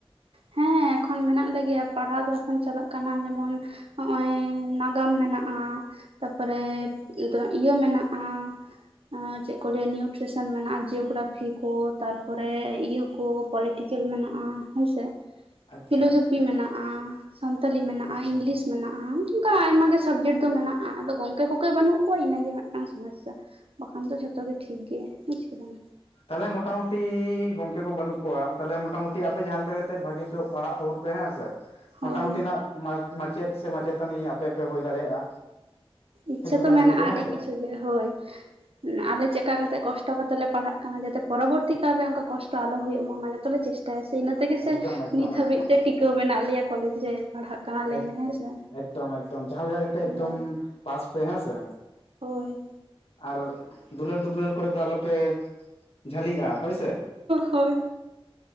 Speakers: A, on the right; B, on the left.
A: ᱦᱮᱸ ᱮᱠᱷᱚᱱ ᱢᱮᱱᱟᱜ ᱞᱮᱜᱮᱭᱟ ᱯᱟᱲᱦᱟᱣ ᱫᱚ ᱮᱠᱷᱚᱱ ᱪᱟᱞᱟᱜ ᱠᱟᱱᱟ ᱡᱮᱢᱚᱱ ᱦᱚᱜ ᱚᱭ ᱱᱟᱜᱟᱢ ᱢᱮᱱᱟᱜᱼᱟ ᱛᱟᱨᱯᱚᱨᱮ ᱤᱨᱟ. ᱤᱭᱟᱹ ᱢᱮᱱᱟᱜᱼᱟ ᱮ ᱪᱮᱫ ᱠᱚ ᱞᱟᱹᱭᱟ ᱱᱤᱭᱩᱴᱨᱮᱥᱚᱱ ᱢᱮᱱᱟᱜᱼᱟ ᱡᱤᱭᱳᱜᱨᱟᱯᱷᱤ ᱠᱚ ᱛᱟᱨᱯᱚᱨᱮ ᱤᱭᱟᱹ ᱠᱚ ᱯᱚᱞᱤᱴᱤᱠᱮᱞ ᱢᱮᱱᱟᱜᱼᱟ ᱦᱳᱭ ᱥᱮ
B: ᱟᱪᱪᱷᱟ
A: ᱯᱷᱤᱞᱳᱡᱚᱯᱷᱤ ᱢᱮᱱᱟᱜᱼᱟ ᱥᱟᱱᱛᱟᱞᱤ ᱢᱮᱱᱟᱜᱼᱟ
B: ᱟᱪᱪᱷᱟ
A: ᱤᱝᱞᱤᱥ ᱢᱮᱱᱟᱜᱼᱟ ᱚᱝᱠᱟ ᱟᱭᱢᱟ ᱜᱮ ᱥᱟᱵᱡᱮᱠᱴ ᱫᱚ ᱢᱮᱱᱟᱜᱼᱟ ᱟᱫᱚ ᱜᱚᱝᱠᱮ ᱠᱚᱜᱮ ᱵᱟᱹᱱᱩᱜ ᱠᱚᱣᱟ ᱤᱱᱟᱹᱜᱮ ᱢᱤᱫᱴᱟᱝ ᱥᱚᱢ ᱢᱚᱥᱥᱟ ᱵᱟᱠᱷᱟᱱ ᱫᱚ ᱡᱷᱚᱛᱚ ᱜᱮ ᱴᱷᱤᱠ ᱜᱮ ᱵᱩᱡᱽ ᱠᱮᱫᱟᱢ
B: ᱛᱟᱞᱮ ᱢᱚᱴᱟᱢᱩᱴᱤ ᱜᱚᱝᱠᱮ ᱠᱚ ᱵᱟᱹᱱᱩᱜ ᱠᱚᱣᱟ ᱛᱟᱞᱮ ᱢᱚᱴᱟᱢᱩᱩᱴᱤ ᱟᱯᱮ ᱡᱟᱦᱟᱸ ᱞᱮᱠᱟ ᱠᱟᱛᱮ ᱵᱷᱟᱜᱮ ᱧᱚᱜ ᱯᱟᱲᱦᱟᱜ ᱛᱟᱵᱚᱱ ᱯᱮ ᱦᱮᱸ ᱥᱮ
A: ᱦᱳᱭ
B: ᱢᱳᱴᱟᱢᱩᱴᱤ ᱱᱟᱜ ᱢᱟ ᱢᱟᱪᱮᱫ ᱥᱮ ᱢᱟᱪᱮᱛᱟᱹᱱᱤ ᱟᱯᱮ ᱯᱮ ᱦᱳᱭ ᱫᱟᱲᱮᱭᱟᱜᱼᱟ
A: ᱤᱪᱷᱟᱹ
B: ᱦᱤᱡᱩᱜ
A: ᱛᱚ
B: ᱠᱟᱱ
A: ᱢᱮᱱᱟᱜᱼᱟ
B: ᱫᱤᱱ ᱨᱮ ᱦᱮᱸ
A: ᱟᱹᱰᱤ
B: ᱥᱮ
A: ᱠᱤᱪᱷᱩ ᱜᱮ ᱦᱳᱭ ᱟᱞᱮ ᱪᱮᱫᱠᱟ ᱠᱟᱛᱮ ᱠᱚᱥᱴᱚ ᱠᱟᱛᱮᱜ ᱞᱮ ᱯᱟᱲᱦᱟᱜ ᱠᱟᱱᱟ ᱡᱟᱛᱮ ᱯᱚᱨᱚᱵᱚᱨᱛᱤ ᱠᱟᱞᱨᱮ ᱚᱱᱠᱟ ᱠᱚᱥᱴᱚ ᱟᱞᱚ ᱦᱳᱭᱳᱜ ᱢᱟ ᱚᱱᱟ ᱜᱮᱛᱚᱞᱮ ᱪᱮᱥ ᱴᱟᱭᱟ ᱥᱮ ᱤᱱᱟᱹ ᱛᱮᱜᱮ ᱥᱮ
B: ᱮᱠᱫᱚᱢ ᱮᱠᱫᱚᱢ
A: ᱱᱤᱛ
B: ᱮᱠᱫᱚᱢ
A: ᱦᱟᱹᱵᱤᱡ ᱛᱮ ᱴᱤᱠᱟᱹᱣ ᱢᱮᱱᱟᱜ ᱞᱮᱭᱟ ᱠᱚᱞᱮᱡᱽ ᱨᱮ ᱯᱟᱲᱦᱟᱜ ᱠᱟᱱᱟᱞᱮ
B: ᱮᱠ
A: ᱦᱮᱸ ᱥᱮ
B: ᱮᱠᱫᱚᱢ ᱮᱠᱫᱚᱢ ᱡᱟᱦᱟᱸ ᱞᱮᱠᱟ ᱠᱟᱛᱮ
A: ᱦᱳᱭ
B: ᱮᱠᱫᱚᱢ ᱯᱟᱥ ᱯᱮ ᱦᱮᱸᱥᱮ
A: ᱦᱳᱭ
B: ᱟᱨ ᱫᱩᱞᱟᱹᱲᱼ ᱫᱩᱯᱞᱟᱹᱲ ᱠᱚᱨᱮ ᱫᱚ ᱟᱞᱚᱯᱮ ᱡᱷᱟᱹᱞᱤᱜᱼᱟ ᱦᱳᱭᱥᱮ
A: ᱦᱳᱭ